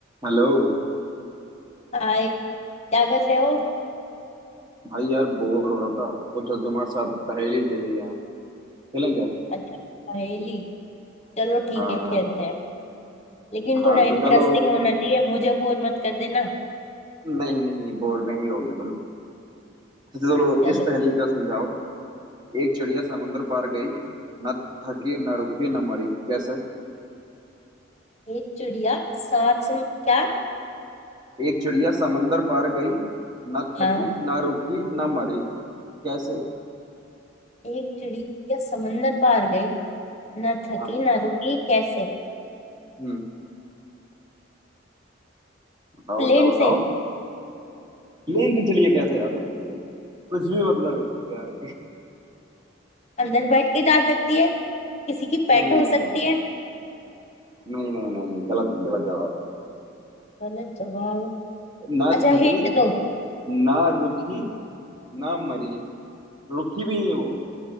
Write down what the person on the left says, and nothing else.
हाय क्या कर रहे हो
अच्छा पहेली चलो ठीक
है खेलते हैं लेकिन
थोड़ा इंटरेस्टिंग
होना चाहिए मुझे बोर मत कर देना
चलो
एक चिड़िया सात सम... क्या
हाँ
एक चिड़िया समंदर पार गई ना थकी
ना रुकी कैसे
प्लेन
से
अंदर बैठ के जा सकती है किसी की पेट
हो
सकती
है
गलत जवाब
अच्छा
हिंट दो